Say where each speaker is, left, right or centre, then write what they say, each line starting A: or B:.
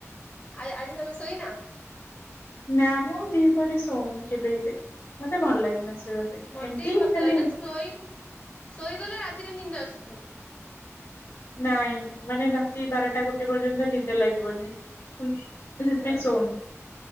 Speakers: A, on the left; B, on the left.
A: ଆ ଆଜି ତମେ ଶୋଇନ?
B: ନା ମୁଁ ଦିପହ ରେ ଶୋଉନ କେବେହେଲେ ମତେ ଭଲ ଲାଗେନା। ଶୋଇବା ପାଇଁ
A: ମତେ
B: ଏମିତି
A: ବି ଭଲ
B: ଖାଲି
A: ଲାଗେ ନା ଶୋଇ ଶୋଇଗଲେ ରା ତିରେ ନିଦ ଆସୁନି।
B: ନାଇଁ ମାନେ ରାତି ବାରଟା ଗୋଟେ ପର୍ଯ୍ୟନ୍ତ ନିଦ ଲାଗିବନି। ସେଥିପାଇଁ
A: ନା
B: ଶୋଉନି।